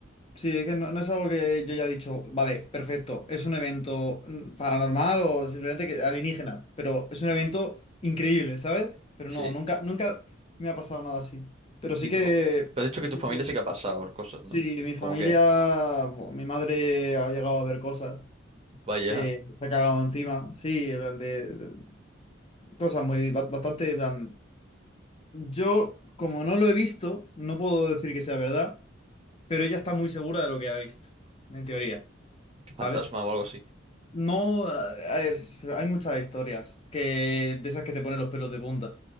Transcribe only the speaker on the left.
Sí, es que no, no es algo que yo haya dicho, vale, perfecto, es un evento mm, paranormal o simplemente que alienígenas, pero es un evento increíble, ¿sabes? Pero
no, nunca, nunca me ha pasado nada así. Pero sí
que,
sí
que,
sí, mi familia,
bo, mi madre ha llegado a ver cosas
que se ha cagado encima, sí, en plan de, de- cosas muy, ba- bastante, en plan, yo, como no lo he visto, no puedo decir que sea verdad, pero ella está muy segura de lo que ha visto, en teoría,
¿vale?
No, a ver, hay muchas historias que, de esas que te ponen los pelos de punta.